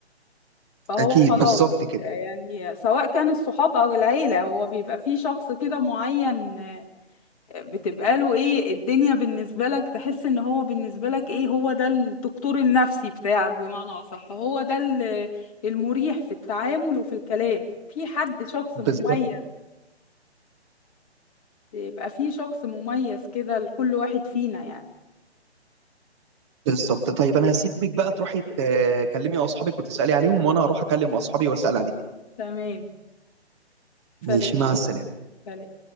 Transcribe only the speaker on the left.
فهو
خلاص
آه، يعني سواء كان الصحاب او العيلة هو بيبقى فيه شخص كده معين آه، بتبقى له ايه الدنيا بالنسبة لك تحس ان هو بالنسبة لك ايه هو ده الدكتور النفسي بتاعك بمعنى اصح هو ده ال- المريح في التعامل وفي الكلام في حد شخص
مميز بيبقى فيه شخص مميز كده لكل واحد فينا يعني
تمام سلام
سلام